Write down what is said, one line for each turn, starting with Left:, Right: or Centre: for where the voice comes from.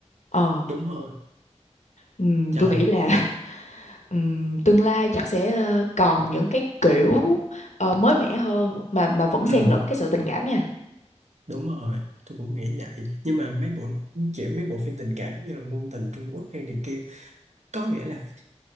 Left: ờ
Right: đúng rồi.
Left: Ừm,
Right: Trời.
Left: tôi nghĩ là <laughs> ừm, tương lai chắc sẽ ờ, còn những cái kiểu ờ, mới mẻ hơn mà mà vẫn xen
Right: Ừ,
Left: lẫn cái sự tình cảm nha.
Right: đúng rồi. Tôi cũng nghĩ vậy. Nhưng mà mấy bộ kiểu mấy bộ phim tình cảm như là ngôn tình Trung Quốc hay này kia có nghĩa là